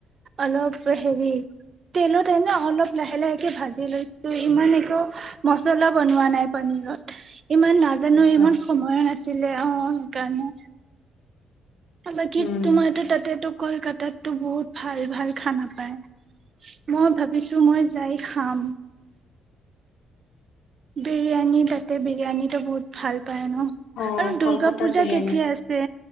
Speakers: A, on the right; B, on the left.
A: অলপ হেৰি তেলত এনে অলপ লাহে লাহেকে ভাজি লৈছো ইমান একো মচলা বনোৱা নাই। পানীৰীৰত। ইমান নাজানো
B: আচ্ছা
A: ইমান সময়ো নাছিল। ছিলে অ সেইকাৰণে। বাকি
B: উম
A: তোমাৰো তাতেতো কলকাতাতটো বহুত ভাল ভাল খানা পায় মই ভাবিছো মই যাই খাম। বিৰিয়ানী টাইপ তাতে বিৰিয়ানী বহুত ভাল পাওঁ ন
B: অ
A: আৰু দুৰ্গা
B: কলকাতাৰ
A: পূজা
B: বিৰিয়ানী
A: কেতিয়া আছে,